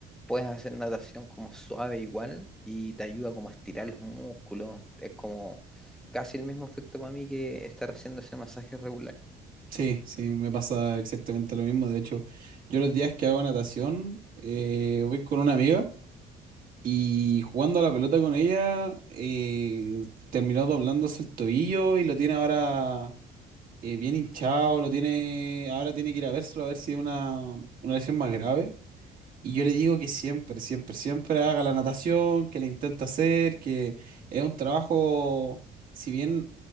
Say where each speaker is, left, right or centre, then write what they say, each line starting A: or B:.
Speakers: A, in the centre; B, on the right.
A: puedes hacer natación como suave igual y te ayuda como a estirar los músculos. Es como casi el mismo efecto para mí que estar haciendo ese masaje regular.
B: sí, sí, me pasa exactamente lo mismo. De hecho, yo los días que hago natación, eh, voy con una amiga. Y jugando a la pelota con ella, eh, terminó doblándose el tobillo y lo tiene ahora eh, bien hinchado, lo tiene, ahora tiene que ir a vérselo a ver si es una, una lesión más grave. Y yo le digo que siempre, siempre, siempre haga la natación, que la intenta hacer, que es un trabajo, si bien